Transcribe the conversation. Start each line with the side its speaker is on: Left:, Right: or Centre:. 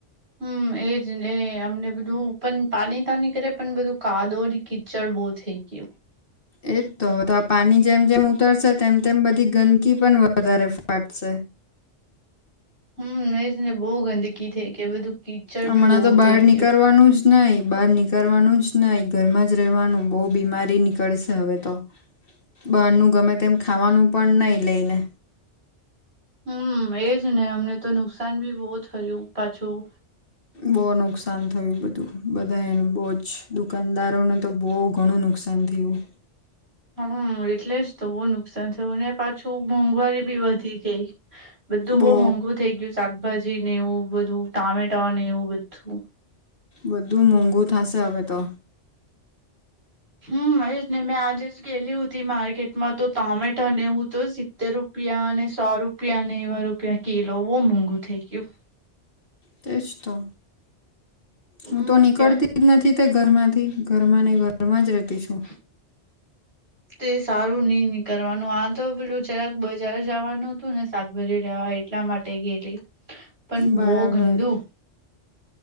Right: હમ એ જ ને અમને બધું પણ પાણી તો નીકળે પણ બધું કાદવ ને કીચડ બહુ થઈ ગયું.
Left: એજ તો તો આ પાણી જેમ જેમ ઉતરશે તેમ તેમ બધી ગંદકી પણ વધારે ફાટશે.
Right: હમ એજેને બહુ ગંદકી થઈ કે બધું કીચડ
Left: હમણાં
Right: બી બહુ
Left: તો બાર
Right: થઈ
Left: નીકળવાનું
Right: ગયું
Left: જ નહી બાર નીકળવાનું જ નઇ ઘર માં જ રહેવાનું બહુ બીમારી ની નીકળશે હવે તો, બહારનું ગમે તેમ ખાવાનું પણ નહી લઈને.
Right: હમ એજ ને અમને તો નુકસાન બી બહુ થયું પાછું.
Left: બહુ નુકસાન થયું બધું બધા એનું બો જ દુકાનદારોને તો બો ઘણું નુકસાન થયું.
Right: હમ એટલે જ તો બહુ નુકસાન થયું અને પાછું મોંઘવારી બી વધી ગઈ. બધું
Left: બહુ
Right: બઉ મોંઘું થઇ ગયું શાકભાજી ને એવું બધું ટામેટા ને એવું બધું
Left: બધું મોંઘુ થશે હવે તો
Right: હમ એ જ ને મેં આજે જ ગેલી હો હતી માર્કેટમાં તો ટમેટો ને એવું તો જ તેર રૂપિયા અને સો રૂપિયા ને એવા રૂપિયા કિલો બહુ મોંઘું થઈ ગયું.
Left: તેજ તો
Right: હમ
Left: હું તો નીકળતી.
Right: કે
Left: <unintelligible> નથી તે ઘરમાંથી ઘરમાં ને ઘરમાં જ રહેતી છું
Right: <inaudible> તે સારું ની નીકળવાનું આ તો પેલું જરાક બજાર જવાનું હતું ને શાકભાજી લેવા એ ટલા માટે ગયેલી પણ
Left: બરાબર
Right: બો ગંદુ